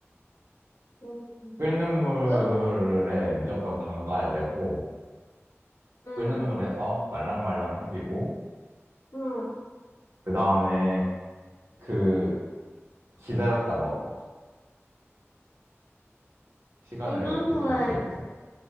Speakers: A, on the left (about 65°); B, on the right (about 60°).
A: 음,
B: 끓는 물에
A: 끝?
B: 무조건 담가야 되고,
A: 응,
B: 끓는 물에서 말랑말랑해지고,
A: 응.
B: 그 다음에 그 기다렸다 먹어. 시간을
A: 끓는
B: 대충
A: 물에
B: 재고.